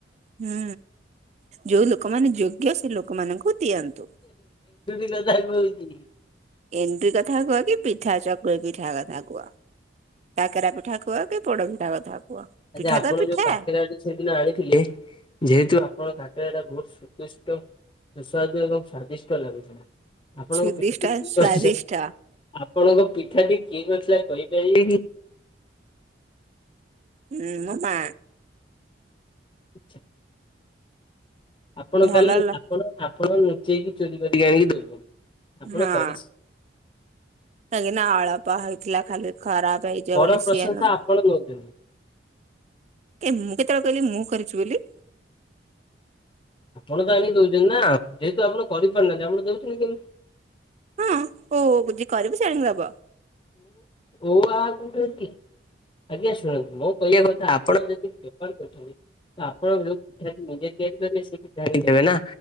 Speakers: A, on the right; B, on the left.
A: ହୁଁ ଯୋଉ ଲୋକମାନେ ଯୋଗ୍ୟ ସେ ଲୋକ ଲୋକ ମାନଙ୍କୁ ଦିଅନ୍ତୁ।
B: <inaudible> ହଉଛି।
A: ଏଣ୍ଡୁରି କଥା କୁହ କି ପିଠା ଚକୁଳି ପିଠା କଥା କୁହ। କାକେରା ପିଠା କୁହ କି ପୋଡ ପିଠା କଥା କୁହ। ପିଠା
B: ଆଛା ଆପଣ
A: ତ ପିଠା
B: ଯୋଉ କାକେରାଡି ସେଦିନ ଆଣିଥିଲେ ଯେହେତୁ ଆପଣା ଏଟା ବହୁତ ସୁଷ୍ଟ ସୁସ୍ୱାଦୁ ଏବଂ ସ୍ଵାଦିଷ୍ଟ ଲାଗୁଛି। ଆପଣଙ୍କ
A: ସୁଦିଷ୍ଟ
B: ପିଠାଟି କିଏ
A: ସ୍ଵାଦିଷ୍ଟ
B: କରି ଆପଣଙ୍କ ପିଠାଟି କିଏ କରିଥିଲା କହ ଦେଇି
A: ହୁଁ ମୋ ମା।
B: ଆଚ୍ଛା। ଆପଣ
A: ଭଲ
B: କା
A: ଲ
B: ଆପଣ ଆପଣ ଲୁଚେଇକି ଚୋରି କରିକି ଆଣିକି ଦଉଛନ୍ତି। ଆପଣ
A: ହଁ
B: କରି
A: କାହିଁକି ନା ଆଳପ ହେ ଥିଲା ଖାଲି। ଖରାପ ହେଇଯିବ
B: ପର
A: ବୋଲି
B: ପ୍ରଶଂସା
A: ଶିଆଳ
B: ଆପଣ ନଉଛନ୍ତି।
A: ଏ ମୁଁ କେ ତଳେ କହ ମୁଁ କରିଛି ବୋଲି।
B: ଆପଣ ତ ଆଣି ଦଉଛନ୍ତି ନା ଯେହେତୁ ଆପଣ କରିପାରୁନାହାନ୍ତି ଆପଣ ଦଉଛନ୍ତି କେମତି।
A: ହଁ ହଉଝ କରିବୁ ସୋଣିକି ଦବ।
B: ଓ ଆ କୋଠି ଆଜ୍ଞା ଶୁଣନ୍ତୁ ମୋ କହିବା କଥା ଆପଣ ଯଦି ବେପାର କରଛନ୍ତି ଆପଣ ଯୋଉ ପିଠା ନିେ ଦଆ ସେ ପିା ଦେବେ ନା